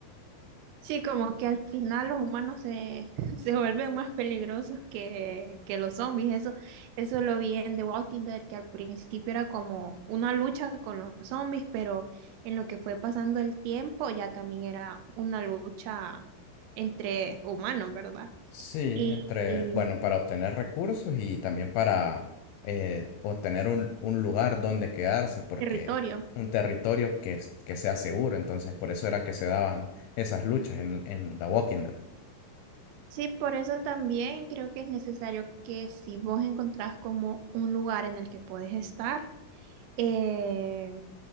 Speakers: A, on the right; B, on the left.
A: Sí, como que al final los humanos se, <laughs> se vuelven más peligrosos que, que los zombies. Eso, eso lo vi en The Walking Dead, que al principio era como una lucha con los zombies, pero en lo que fue pasando el tiempo ya también era una lucha entre humanos, ¿verdad?
B: Sí,
A: Y,
B: entre,
A: y
B: bueno, para obtener recursos y también para eh, obtener un, un lugar donde quedarse, porque
A: territorio.
B: un territorio que, es- que sea seguro, entonces por eso era que se daban esas luchas en, en The Walking Dead.
A: Sí, por eso también creo que es necesario que si vos encontrás como un lugar en el que podés estar, eh,